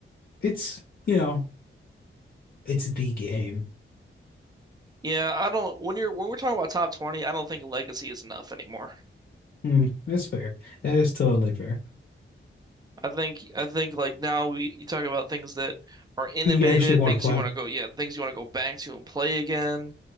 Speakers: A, on the left; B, on the right.
A: it's, you know, it's the game.
B: Yeah, I don't. When you're when we're talking about top 20, I don't think legacy is enough anymore.
A: Mm, that's fair. That is totally fair.
B: I think I think like now we you talk about things that are innovative,
A: You actually want
B: things
A: to play.
B: you want to go, yeah, things you want to go back to and play again.